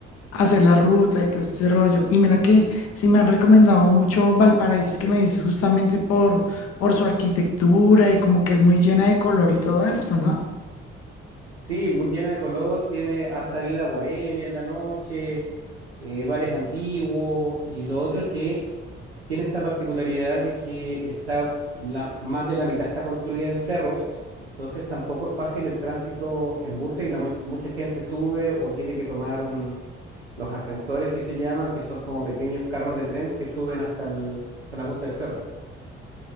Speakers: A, on the left; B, on the right.
A: hacer la ruta y todo este rollo. Y mira que sí me han recomendado mucho Valparaíso, es que me dices justamente por, por su arquitectura y como que es muy llena de color y todo esto, ¿no?
B: Sí, muy llena de color, tiene harta vida bohemia en la noche, eh, bares antiguos y lo otro es que tiene esta particularidad de que está la- más de la mitad está construida en cerros, entonces tampoco es fácil el tránsito en buses y la, mu- mucha gente sube o tiene que tomar un, los ascensores que se llaman, que son como pequeños carros de tren que suben hasta el- hasta la punta del cerro.